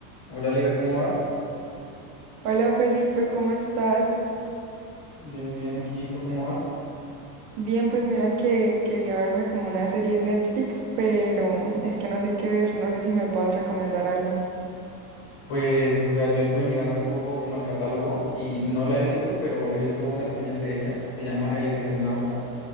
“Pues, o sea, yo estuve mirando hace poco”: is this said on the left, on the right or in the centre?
Left